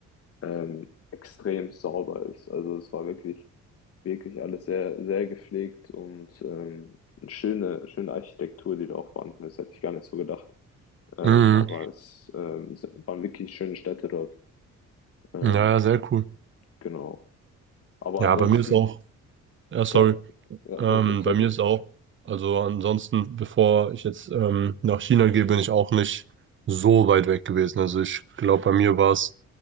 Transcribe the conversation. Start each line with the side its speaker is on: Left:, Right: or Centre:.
Left: ähm, extrem sauber ist. Also es war wirklich Wirklich alles sehr, sehr gepflegt und ähm, eine schöne, schöne Architektur, die da auch vorhanden ist, hätte ich gar nicht so gedacht. Ähm,
Right: Mhm.
Left: aber es ähm, es waren wirklich schöne Städte dort. Ähm,
Right: Ja, ja, sehr cool.
Left: genau. Aber
Right: Ja,
Left: ansonsten,
Right: bei mir ist auch. Ja, sorry.
Left: ja, ja,
Right: Ähm,
Left: sonst der Zirkus.
Right: bei mir ist auch, also ansonsten, bevor ich jetzt ähm, nach China gehe, bin ich auch nicht so weit weg gewesen. Also ich glaube, bei mir war es